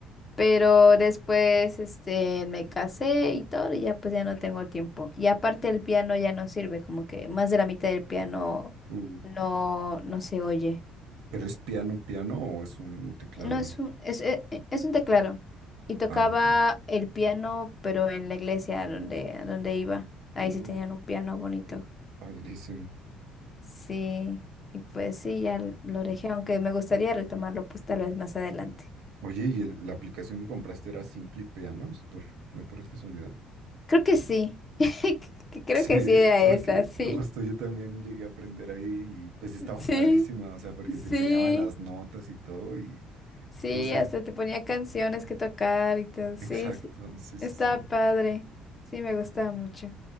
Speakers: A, on the left; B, on the right.
A: pero después, este, me casé y todo, y ya pues ya no tengo tiempo. Y aparte el piano ya no sirve, como que más de la mitad del piano
B: Uh,
A: no, no se oye.
B: ¿Pero es piano, piano o es un teclado?
A: No es un, es, e- e- es un teclado. Y tocaba
B: Ah, ok.
A: el piano, pero en la iglesia a donde, a donde iba. Ahí
B: Uy,
A: sí tenían un piano bonito.
B: padrísimo.
A: Sí, y pues sí, ya l- lo dejé, aunque me gustaría retomarlo pues tal vez más adelante.
B: Oye, ¿y el- la aplicación que compraste era Simply Pianos? Por, de pura casualidad.
A: Creo que sí. <laughs> Creo
B: Sí,
A: que sí era
B: porque
A: esa, sí.
B: justo yo también llegué a aprender ahí y pues estaba
A: Sí.
B: padrísima, o sea, porque
A: Sí,
B: te enseñaban las notas y todo y
A: sí,
B: no sé,
A: hasta te ponía canciones que tocar y todo. Sí,
B: exacto,
A: sí,
B: sí, sí,
A: estaba
B: sí.
A: padre. Sí, me gustaba mucho.